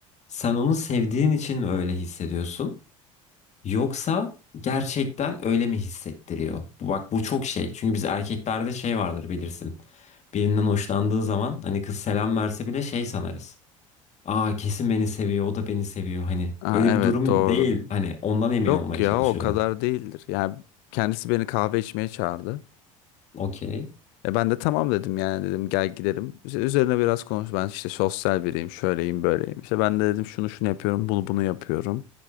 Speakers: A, on the left; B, on the left.
A: Sen onu sevdiğin için mi öyle hissediyorsun? Yoksa gerçekten öyle mi hissettiriyor? Bu- Bak bu çok şey. Çünkü biz erkeklerde şey vardır bilirsin. Birinden hoşlandığı zaman hani kız selam verse bile şey sanarız. Aa kesin beni seviyor, o da beni seviyor. Hani
B: Aa,
A: öyle
B: evet
A: bir durum
B: doğru.
A: değil. Hani ondan emin
B: Yok
A: olmaya
B: ya
A: çalışıyorum.
B: o kadar değildir. Yani kendisi beni kahve içmeye çağırdı.
A: Okey,
B: E ben de tamam dedim yani dedim gel gidelim. İşte üzerine biraz konuş. Ben işte sosyal biriyim, şöyleyim, böyleyim. İşte ben de dedim şunu şunu yapıyorum, bunu bunu yapıyorum.